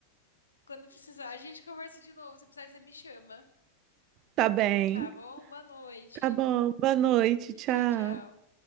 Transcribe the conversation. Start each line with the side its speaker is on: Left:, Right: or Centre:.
Left: Quando precisar, a gente conversa de novo. Se precisar, você me chama.
Right: Tá bem.
Left: Tá bom? Boa noite.
Right: Tá bom. Boa noite. Tchau.
Left: Tchau, tchau.